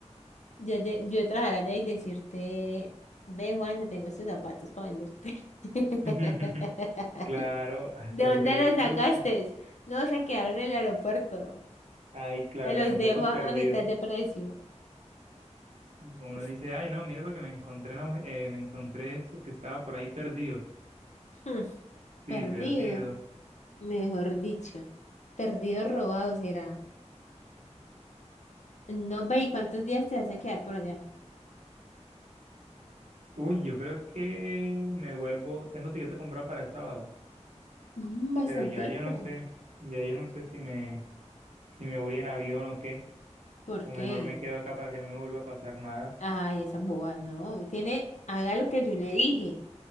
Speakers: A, on the left; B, on the right.
A: Yo, lle- yo trabajar allá y decirte, ve Juan, te tengo estos zapatos para venderte. <laughs>
B: <laughs> Claro, a eso
A: ¿De
B: es
A: dónde
B: lo que les
A: los
B: gusta.
A: sacaste? No, se quedaron en el aeropuerto.
B: Ay, claro,
A: Te los
B: en objetos
A: dejo a,
B: perdidos,
A: a mitad de precio.
B: uno
A: <laughs>
B: dice, ay, no, mira lo que me encontré, en obje- eh, me encontré esto que estaba por ahí perdido.
A: Hmm,
B: Sí,
A: Perdido,
B: perdido.
A: mejor dicho. Perdido robado será. No ve, ¿y cuántos días te vas a quedar por allá?
B: Uy, yo creo que me vuelvo, tengo tiquete comprado para el sábado,
A: Mm, bastantico.
B: pero ya yo no sé, ya yo no sé si me, si me voy en avión o qué,
A: ¿Por
B: o mejor
A: qué?
B: me quedo acá para que no me vuelva a pasar nada.
A: Ay, esa boba, no. Tiene, haga lo que yo le dije.